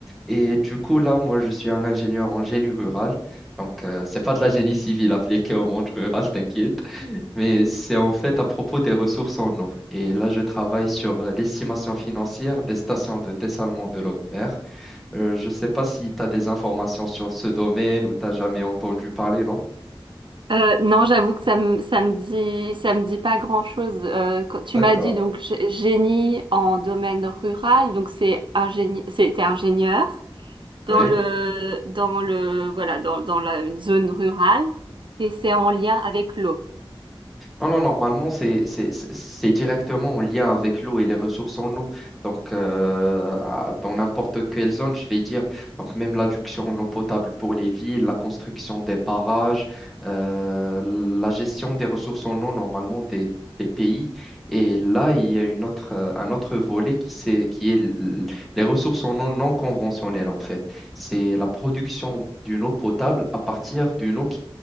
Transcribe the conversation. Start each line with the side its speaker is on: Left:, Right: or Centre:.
Centre: Et du coup, là, moi, je suis un ingénieur en génie rural. Donc, euh, c'est pas de la génie civile appliquée au monde rural, <laughs> t'inquiète, mais c'est en fait à propos des ressources en eau. Et là, je travaille sur euh, l'estimation financière des stations de dessalement de l'eau de mer. Euh, je ne sais pas si tu as des informations sur ce domaine ou tu n'as jamais entendu parler, non?
Right: Euh, non, j'avoue que ça me ça me dit ça me dit pas grand-chose. Euh, quand tu
Centre: D'accord.
Right: m'as dit donc g- génie en domaine rural, donc c'est ingénie c'était ingénieur dans
Centre: Oui.
Right: le dans le voilà dans dans la une zone rurale et c'est en lien avec l'eau.
Centre: Non, non, normalement, c'est c'est- c'est- c'est directement en lien avec l'eau et les ressources en eau. Donc, euh, à- dans n'importe quelle zone, je vais dire, donc même l'adduction en eau potable pour les villes, la construction des barrages, euh, la gestion des ressources en eau, normalement, des, des pays. Et là, il y a une autre, euh, un autre volet qui, c'est, qui est l- l- les ressources en eau non conventionnelles, en fait. C'est la production d'une eau potable à partir d'une eau